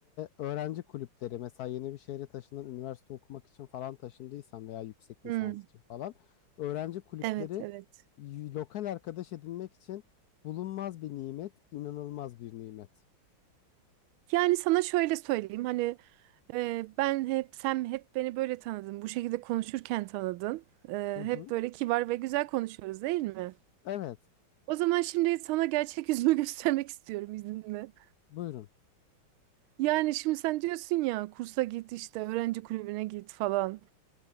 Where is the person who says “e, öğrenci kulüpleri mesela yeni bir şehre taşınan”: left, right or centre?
Left